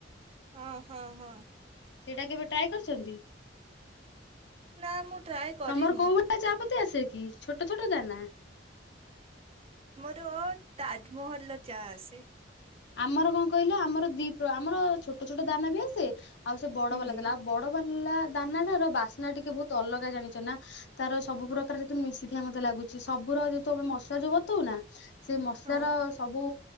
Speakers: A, on the right; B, on the left.
A: ହଁ ହଁ ହଁ।
B: ସେଇଟା କେବେ ଟ୍ରାଏ କରିଛନ୍ତି?
A: ନା ମୁଁ ଟ୍ରାଏ କରିନି
B: ତମର କୋଉ ଭଳିଆ ଚାପତି ଆସେ କି ଛୋଟ ଛୋଟ ଦାନା ।
A: ତ ତାଜମହଲର ଚା ଆସେ।
B: ଆମର କଣ କହିଲ ଆମର ଦିପ୍ର ଆମର ଛୋଟ ଛୋଟ ଦାନା ବି ଆସେ ଆଉ ସେ ବଡ
A: ହୁଁ।
B: ବାଲା ଦେଲା ଆଉ ବଡ ବାଲା ଦାନାଟାର ବାସ୍ନା ଟିକେ ବହୁତ ଅଲଗା ଜାଣିଛ ନା ତାର ସବୁ ପ୍ରକାର ଯେତେ ମିଶିଥିବା ମତେ ଲାଗୁ ସେ ସବୁର ର ଯଦି ତମେ ମସା ଯୋଉ ବତଉନା ସେ ମସଲାର
A: ହଁ
B: ସବୁ